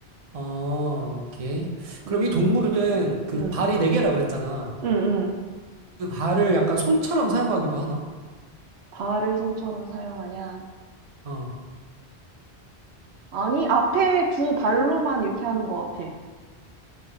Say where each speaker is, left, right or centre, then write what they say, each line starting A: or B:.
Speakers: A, on the right; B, on the right.
A: 어 오케이. 그럼
B: 음,
A: 이 동물은 그
B: 음,
A: 발이 네 개라 그랬잖아.
B: 음, 음.
A: 그 발을 약간 손처럼 사용하기도 하나?
B: 발을 손처럼 사용하냐?
A: 어.
B: 아니, 앞에 두 발로만 이렇게 하는 것 같아.